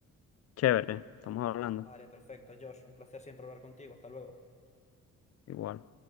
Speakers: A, on the left (about 55°); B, on the left (about 20°).
A: chévere, estamos hablando.
B: Vale, perfecto, Josh. Un placer siempre hablar contigo. Hasta luego.
A: Igual.